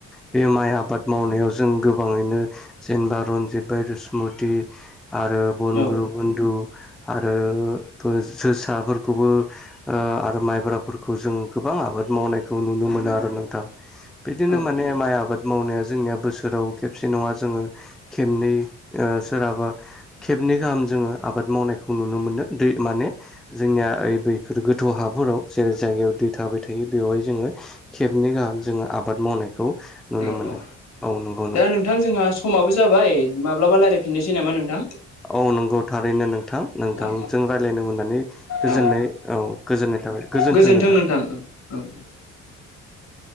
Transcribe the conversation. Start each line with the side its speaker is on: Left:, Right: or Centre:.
Centre: बे माइ आबाद मावनाय याव जों गोबाङैनो जेनेबा रनजित बाइसमुति आरो बनग्रुप
Left: औ
Centre: आरो जोसाफोरखौबो ओ आरो माइब्राफोरखौ जों गोबां आबाद मावनायखौ नुनो मोनो आरो नोंथां बिदिनो
Left: औ
Centre: माने माइ आबाद मावनाया जोंनि बोसोराव खेबसे नङा जो खेबनै ओ सोरहाबा खेबनैगाहाम जो आबाद मावनायखौ नुनो मोनो दै माने जोंनिया दैफोर गो थ' हाफोराव जेरै जायगायाव दै थाबाय थायो बेवहाय जोङो खेबनै गाहाम जोङो आबाद मावनायखौ नुनो
Left: औ
Centre: मोनो
Left: औ
Centre: औ नंगौ
Left: दा नोंथां जोंहा खमाबो जाबाय माब्लाबा रायलायफिननोसै नामा नोंथां
Centre: औ नंगौ थारैनो नोंथां नोंथांजों
Left: औ
Centre: रायज्लायनो मोननानै गोजोननाय
Left: औ
Centre: औ गोजोननाय गोजोनथों
Left: गोजोन्थों
Centre: नोंथां
Left: औ औ